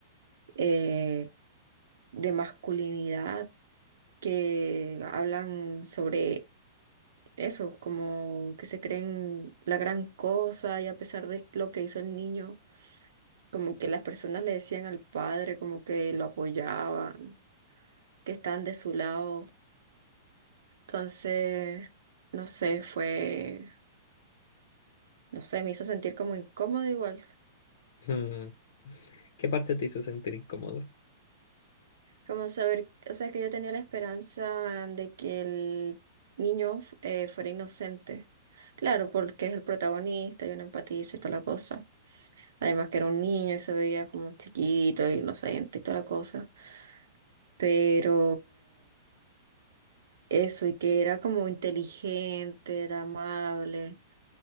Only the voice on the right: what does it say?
eh, de masculinidad que hablan sobre eso, como que se creen la gran cosa y a pesar de lo que hizo el niño, como que las personas le decían al padre, como que lo apoyaban, que están de su lado. Entonces, no sé, fue, no sé, me hizo sentir como incómodo igual.
Como saber, o sea, que yo tenía la esperanza de que el niño eh, fuera inocente. Claro, porque es el protagonista, yo no empatizo y toda la cosa. Además que era un niño y se veía como chiquito, inocente y toda la cosa. Pero eso, y que era como inteligente, era amable,